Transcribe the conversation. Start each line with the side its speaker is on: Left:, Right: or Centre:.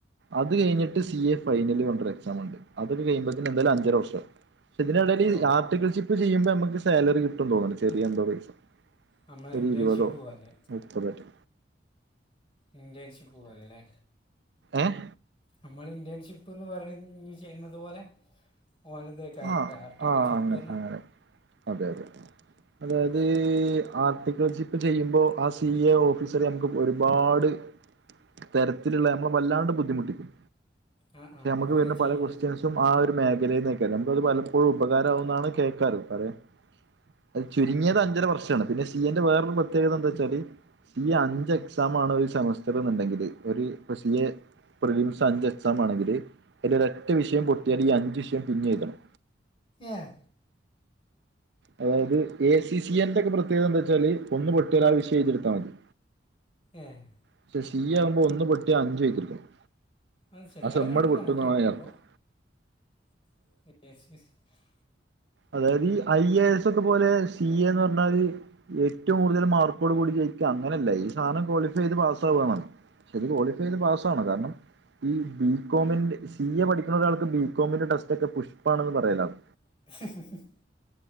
Right: അത് കഴിഞ്ഞിട്ട് C A final enter exam ഉണ്ട് അതൊക്കൊ കഴിയുമ്പോയേക്കുംഎന്തായാലും അഞ്ചര വർഷം ആകും പക്ഷെ ഇതിനിടയിൽഈ
Left: ഓ
Right: ആർട്ടികൾസി ഇപ്പോ ചെയ്യുമ്പോൾ നമുക്ക് സാലറി കിട്ടും തോന്നുന്നു ചെറിയാന്തോ പൈസ
Left: നമ്മൾ
Right: ഒരിരുപതോ
Left: ഇന്റേൺഷിപ്പ് പോലെ
Right: മുപ്പതോറ്റേ
Left: ഇന്റേണൽഷിപ്പ് പോലല്ലേ
Right: ഏഹ്
Left: നമ്മൾ ഇന്റേൺഷിപ്പ് എന്ന് പറയും ചെയ്യുന്നത് പോലെ ഓലതേക്കാലും
Right: ആഹ്
Left: ആർട്ടിക്കൽ
Right: ആഹ്
Left: ഷിപ്പ്
Right: അങ്ങനെ അങ്ങനെ അതെ അതെ അതായത്
Left: അത് ശരി
Right: ആർട്ടിക്കിൾ ചിപ്പ് ചെയ്യുമ്പോ ആ സി എ ഓഫീസറ് നമുക്ക് ഒരുപാട് തെരക്കിലുള്ള നമ്മള് വല്ലാണ്ട് ബുദ്ധിമുട്ടിക്കും
Left: ആ ആ
Right: നമ്മുക്ക്
Left: ഇങ്ങനെ
Right: വരുന്ന
Left: ചെയ്യ്
Right: പല ക്വസ്റ്റ്യൻസ് ആഹ് ഒരു മേഖലേന് വെക്കാലോ നമുക്കത് പലപ്പോഴും ഉപകാരമാവും എന്നാണ് കേൾക്കാറ് പറയാ അത് ചുരുങ്ങിയത്
Left: ആ ആ
Right: അഞ്ചര വർഷമാണ് പിന്നെ സി എന്റെ വേറൊരു പ്രത്യേകത എന്താ വെച്ചാല് ഈ അഞ്ച് എക്സാം ആണ് ഒരു സെമസ്റ്റർ എന്നുണ്ടെങ്കില് ഒരു ഇപ്പ സി എ പ്രതിമാസം അഞ്ച് എക്സാം ആണെങ്കില് അതിന്റെ ഒരറ്റ വിഷയം പൊട്ടിയാല് ഈ അഞ്ചു വിഷയം പിന്നി എഴുതണം
Left: ഏഹ്
Right: അതായത് എ സി ബി സി എന്റെ പ്രത്യേകത എന്താന് വെച്ചാല് ഒന്ന് പൊട്ട്യ ആ വിഷയം എഴുതിയെടുത്താ മതി
Left: ഏഹ്
Right: പക്ഷെ സി എ ആകുമ്പോ ഒന്ന് പൊട്ടിയ അഞ്ചും എഴുതി എടുക്കണം
Left: അത് ശരി
Right: ആ
Left: അത്
Right: സെമ്മ
Left: രണ്ടും
Right: ട് പൊട്ടുന്നർത്ഥം
Left: മാറ്റമുണ്ടല്ലേ അപ്പോൾ <unintelligible>
Right: അതായത് ഈ ഐ എ എസ് ഒക്കെ പോലെ സി എ എന്ന് പറഞ്ഞാല് ഏറ്റവും കൂടുതൽ മാർക്കോട് കൂടി ജയിക്കാം അങ്ങനെയല്ല ഈ സാനം ക്വാളിഫൈ ചെയ്ത് പാസ്സാവാണ് ഇത് ക്വാളിഫൈ ചെയ്ത് പാസാവണം കാരണം ഈ ബികോമിന്റെ സി എ പഠിക്കുന്ന ഒരാൾക്ക് ബികോമിന്റെ ടെസ്റ്റ് ഒക്കെ പുഷ്പാണെന്ന് പറയലാണ്
Left: ഉ